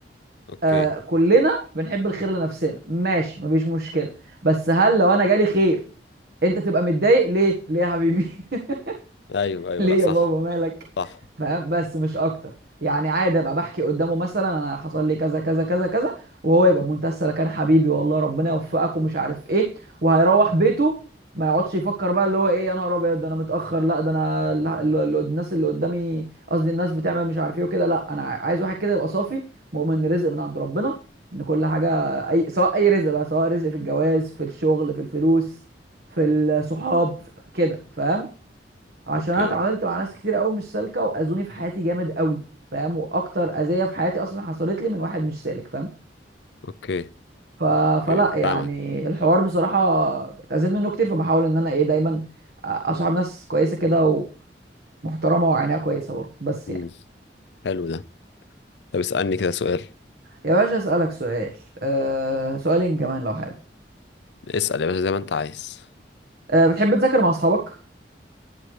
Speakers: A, on the left; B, on the right.
A: اوكي
B: آه كلنا بنحب الخير لنفسنا ماشي مفيش مشكلة بس هل لو انا جالي خير انت تبقى متضايق ليه ليه يا حبيبي <laughs>
A: ايوه ايوه
B: ليه
A: لا صح
B: يا بابا مالك
A: صح
B: فاهم بس مش اكتر يعني عادي ابقى بحكي قدامه مثلا انا حصل لي كذا كذا كذا كذا وهو يبقى بمنتهى السلامه كان حبيبي والله ربنا يوفقك ومش عارف ايه وهيروح بيته ما يقعدش يفكر بقى اللي هو ايه يا نهار ابيض ده انا متاخر لا ده انا ال- ال- ال- الناس اللي قدامي قصدي الناس بتعمل مش عارف ايه وكده لا انا عايز واحد كده يبقى صافي مؤمن ان رزق من عند ربنا ان كل حاجه اي سواء اي رزق بقى سواء رزق في الجواز في الشغل في الفلوس في الصحاب في كده فاهم عشان
A: اوكي
B: انا اتعاملت مع ناس كتير قوي مش سالكه واذوني في حياتي جامد قوي فاهم واكتر اذيه في حياتي اصلا حصلت لي من واحد مش سالك فاهم
A: اوكي
B: ف... فلا
A: اوكي
B: يعني
A: فاهمك
B: الحوار بصراحه اتاذيت منه كتير فبحاول ان انا ايه دايما اصاحب ناس كويسه كده ومحترمه وعينيها كويسه برضه بس
A: امم
B: يعني
A: حلو ده طب اسألني كده سؤال
B: يا باشا اسالك سؤال أه سؤالين كمان لو حابب
A: اسأل يا باشا زي ما انت عايز
B: أه بتحب تذاكر مع اصحابك